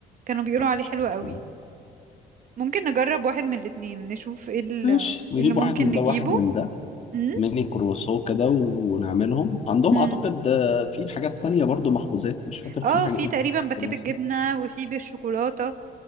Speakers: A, on the right (about 50°); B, on the left (about 40°).
A: كانوا بيقولوا
B: لا
A: عليه
B: مش
A: حلو
B: عارف
A: قوي ممكن نجرب واحد من الاتنين نشوف ايه ال-
B: ماشي نجيب
A: اللي ممكن
B: واحد من
A: نجيبه
B: ده واحد من ده
A: امم
B: ميني كرواسو كده و- ونعملهم عندهم
A: امم
B: اعتقد آه، في حاجات تانية برضو مخبوزات مش فاكر
A: اه
B: في حاجة
A: في
B: ايه
A: تقريبا
B: تاني
A: باتيه
B: كرواسو.
A: بالجبنة وفي بالشوكولاتة